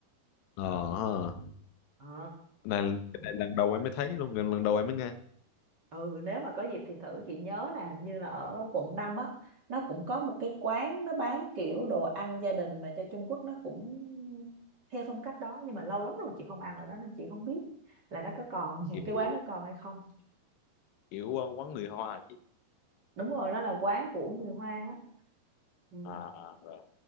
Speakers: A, on the left; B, on the right.
A: ờ
B: đó
A: ha.
B: Ờ.
A: Cái này cái này lần đầu em mới thấy luôn gần lần đầu em mới nghe
B: Ừ, nếu mà có dịp thì thử chị nhớ là hình như là ở quận 5 á nó cũng có một cái quán nó bán kiểu đồ ăn gia đình mà cho Trung Quốc nó cũng theo phong cách đó nhưng mà lâu lắm rồi chị không ăn ở đó nên chị không biết là nó có còn <laughs>
A: kiểu
B: cái quán nó còn hay không
A: kiểu ờ, quán người Hoa chị
B: đúng rồi nó là quán của người Hoa á ừ,
A: à rồi.